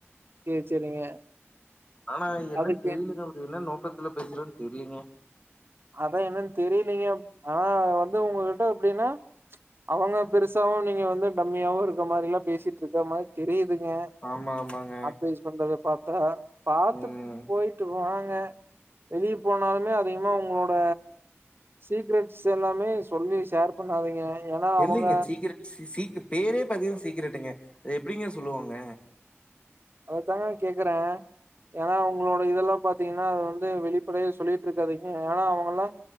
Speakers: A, on the right; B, on the left.
A: சேரி, சேரிங்க.
B: ஆனா என்னன்னு
A: அதுக்கு
B: தெரியலங்க அப்படி என்ன நோ பக்கத்துல பேசுறன் தெரிலீங்க
A: அதா என்னன்னு தெரியலங்க ஆனா வந்து உங்ககிட்ட எப்படின்னா அவங்க பெருசாவு நீங்க வந்து டம்மியாவு இருக்க மாரிலா பேசிட்டு இருக்க மாரி தெரியு துங்க
B: ஆமா ஆமாங்க
A: அட்வைஸ் பண்றத பாத்த பாத்து
B: ம்
A: போயிட்டுவாங்க வெளியே போனாலுமே அதிகமா உங் உங்களோட சீக்ரெட்ஸ் எல்லாமே சொல்லி ஷேர் பண்ணாதீங்க ஏன்னா
B: இல்லைங்க
A: அவங்க
B: சீக்கரட் சி சீக் பேரே பாத்தீங்கன்னா சீக்கிரட்டுங்க அது எப்படிங்க சொல்லுவாங்க
A: அததாங்க நா கேக்குறே ஏன்னா அவங்களோட இதெல்லாம் பாத்தீங்கன்னா அது வந்து வெளிப்படைய சொல்லிட்டு இருக்காதீங்க ஏன்னா அவங்கல்லா